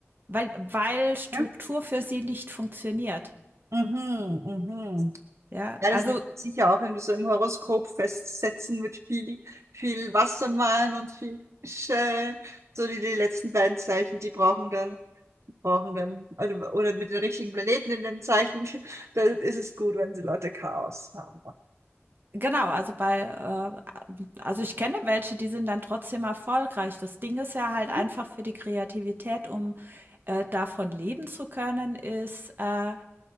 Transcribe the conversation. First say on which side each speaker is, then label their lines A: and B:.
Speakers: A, on the right; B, on the right.
A: weil weil Struktur
B: Ja?
A: für sie nicht funktioniert.
B: Mhm, mhm.
A: Ja,
B: Ja,
A: also
B: das lässt sich sicher auch irgendwie so im Horoskop festsetzen mit viel, viel Wassermann und viel Fische. So die, die letzten beiden Zeichen, die brauchen dann, brauchen dann, oder, oder mit den richtigen Planeten in den Zeichen, <laughs> da ist es gut, wenn sie Leute Chaos haben.
A: genau, also bei, äh, also ich kenne welche, die sind dann trotzdem erfolgreich. Das Ding ist ja halt
B: Mhm.
A: einfach für die Kreativität, um, äh, davon leben zu können, ist, äh,